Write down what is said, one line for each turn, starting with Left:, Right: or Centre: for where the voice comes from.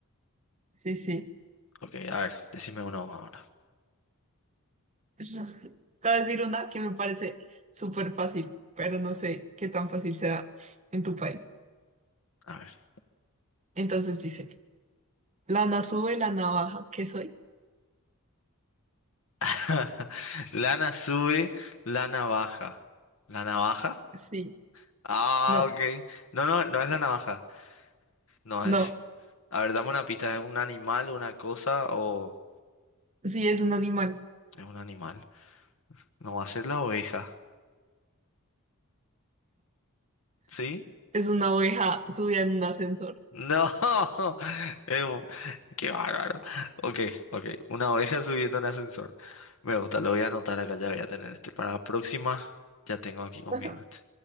Right: Sí, sí.
Left: Ok, a ver, decime uno ahora.
Right: <laughs> Te voy a decir una que me parece súper fácil, pero no sé qué tan fácil sea en tu país.
Left: A ver.
Right: Entonces dice. La Nasú de la navaja, ¿qué soy?
Left: <laughs> Lana sube, lana baja. ¿La navaja?
Right: Sí,
Left: Ah,
Right: no,
Left: ok. No, no, no es la navaja. No
Right: no,
Left: es. A ver, dame una pista. ¿Es un animal, una cosa o
Right: sí es un animal,
Left: es un animal? No va a ser la oveja. ¿Sí?
Right: es una oveja subida en un ascensor.
Left: No, <laughs> Es un- qué bárbaro. Ok, ok. Una oveja subiendo en ascensor. Me gusta, lo voy a anotar acá, ya voy a tener este. Para la próxima, ya tengo aquí conmigo
Right: Ajá.
Left: este.